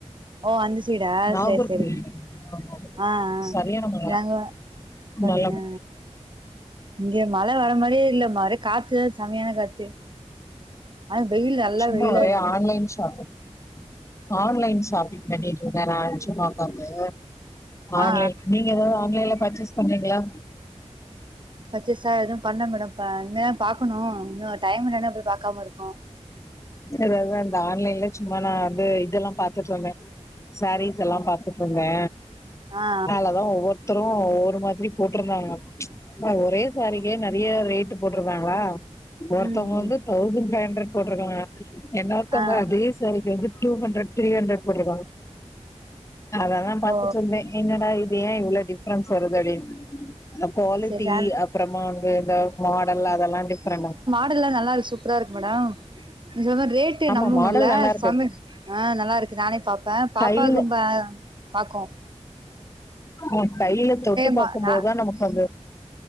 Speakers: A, on the right (about 40°); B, on the left (about 25°).
A: ஓ அந்த சைடா
B: நாகர்கோயில்
A: சேரி சேரிங்க
B: ஆமா
A: ஆ ஆ
B: சரியான மழ
A: நாங்க அப்படியா
B: நலம்
A: இங்க மழ வர மாரியே இல்ல மர காத்து செம்மையான காத்து ஆனா வெயில் நல்லா
B: சும்மா
A: வெயிலா
B: ஒரே
A: இருக்கு
B: ஆன்லைன் ஷாப்பிங் ஆன்லைன் ஷாப்பிங் பண்ணிட்டு இருக்கே நா சும்மா ஒக்காந்து
A: ஆ
B: ஆன்லைன்
A: ஆ
B: நீ நீங்க ஏதாது ஆன்லைன்ல பர்ச்சேஸ் பண்றீங்களா
A: பர்ச்சேஸ்சா எதுவு பண்ல மேடம் இனிமேதா பாக்கணு இன்னு டைம் இல்லனு போய் பாக்காம இருக்கோ
B: எதாவது அந்த ஆன்லைன்ல சும்மா நா வந்து இதெல்லா பாத்துட்ருந்தே சாரீஸ் எல்லா பாத்துட்டு இருந்தே
A: ஆ
B: அதுலதா ஒவ்வொரு த்தரு ஒவ்வொரு மாதிரி போட்ருந்தாங்க ஒரே சாரீக்கே நெறைய ரேட்டு போட்ருந்தாங்களா ஒருத்தவுங்க
A: ம் ம்
B: வந்து தௌசண்ட் ஃபைவ் ஹண்ட்ரட் போட்ருக்காங்க இன்னொருத்தவுங்க
A: ஆ
B: அதே ஸ் சாரீக்கு வந்து டூ ஹண்ட்ரட் த்ரீ ஹண்ட்ரட் போட்ருக்காங்க அததா பாத்துட்டுருந்தே
A: ஓ
B: என்னடா இது ஏ இவ்ளோ டிஃப்ரென்ஸ் வருது அப்டினு அந்த குவாலிட்டி
A: சேரி சார்
B: அப்பறமா வந்து இந்த மாடல் அதெல்லா டிஃப்ரெண்டா
A: மாடலெல்லா நல்லா இருக்கு சூப்பரா இருக்கு மேடம் நீங்க சொன்ன மாரி ரேட்டு
B: ஆமா
A: நம்ப
B: மாடல்
A: முல்ல
B: நல்லா இருக்கு
A: சமிட் ஆ நல்லா இருக்கு நானே பாப்பே பாப்பாக்கு
B: கையில
A: பா பாக்கு
B: ஆ கையில தொட்டு
A: மா
B: பாக்குபோதா
A: நா
B: நமக்கு கது